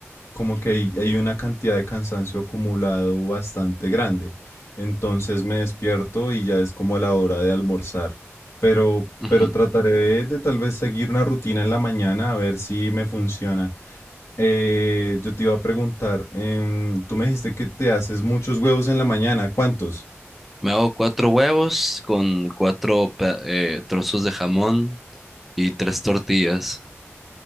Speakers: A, on the left; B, in the centre.
A: como que hay, hay una cantidad de cansancio acumulado bastante grande. Entonces me despierto y ya es como la hora de almorzar. Pero,
B: Ujú.
A: pero trataré de, de tal vez seguir una rutina en la mañana a ver si me funciona. Eh, yo te iba a preguntar, em, tú me dijiste que te haces muchos huevos en la mañana, ¿cuántos?
B: Me hago cuatro huevos con cuatro pe- eh, trozos de jamón y tres tortillas.